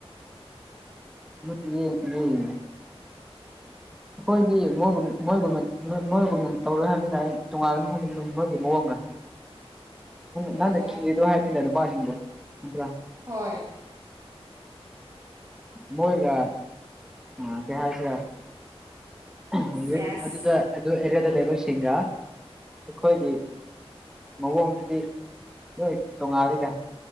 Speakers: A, in the centre; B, on the right.
A: ꯅꯠꯇꯤꯌꯦ ꯅꯠꯇꯤꯌꯦ ꯑꯩꯈꯣꯏꯗꯤ ꯃꯣꯏꯒꯨꯝ ꯃꯣꯏꯒꯨꯝꯅꯣꯏ ꯃꯣꯏꯒꯨꯝꯅ ꯇꯧꯔꯣꯏ ꯍꯥꯏꯕꯅꯤꯅ ꯑꯩ ꯇꯣꯉꯥꯟꯒꯅꯤ ꯍꯥꯏꯕ ꯃꯣꯏꯒꯤ ꯃꯑꯣꯡꯒꯥ ꯅꯪꯅ
B: ꯑꯦ
A: ꯀꯤꯔꯤꯗꯣ ꯍꯥꯏꯅꯤꯗ ꯅꯨꯄꯥꯁꯤꯡꯕꯨꯣ ꯅꯠꯇ꯭ꯔꯥ
B: ꯍꯣꯏ
A: ꯃꯣꯏꯒ ꯑꯥ ꯀꯩ ꯍꯥꯏꯁꯦꯔꯥ ꯍꯧꯖꯤꯛ
B: ꯆꯦꯁ
A: ꯑꯗꯨꯗ ꯑꯗꯨ ꯑꯦꯔꯤꯌꯥꯗ ꯂꯩꯕ ꯁꯤꯡꯒ ꯑꯩꯈꯣꯏꯒꯤ ꯃꯑꯣꯡꯗꯨꯗꯤ ꯅꯣꯏ ꯇꯣꯉꯥꯜꯂꯤꯗ